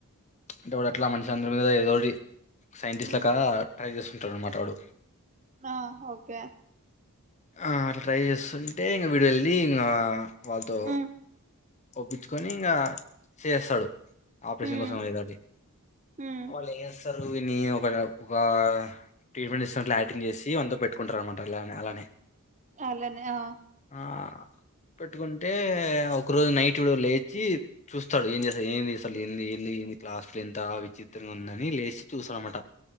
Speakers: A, on the left; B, on the right.
A: అంటె వాడు అట్లా మనిషి అందరి మీద ఏదోటి సైంటిస్ట్
B: ఉమ్
A: లక్క ట్రై చేస్తు తరం మాట్లాడు
B: ఆ ఓకె
A: ఆ రైయసన్ అంటే ఇంగ విడెల్లీ ఇంగా ఆ వాల్తో
B: ఉమ్
A: ఒప్పిచ్చుకొని ఇంగా చేస్తాడు ఆపరేషన్
B: ఉమ్
A: కోసం ఏదోటి
B: ఉమ్
A: వాళ్ళు ఏమిస్తారు ని ఒక ఒక ట్రీట్మెంట్ ఇస్తానట్లు యాక్టింగ్ చేసి వాంతో పెట్టుకుంటారు అనమాట లామే అలా
B: అలనే ఆ
A: ఆ పెట్టుకుంటే అవు ఒక రోజు నైట్ విడు లేచి చూస్తాడు ఏం చేస్తాడు ఏంది అస్సలు ఏంది ఏంది ఏందిట్ల అస్సల్ ఎంత విచిత్రంగా ఉందని లేచి చూస్తాడు అనమాట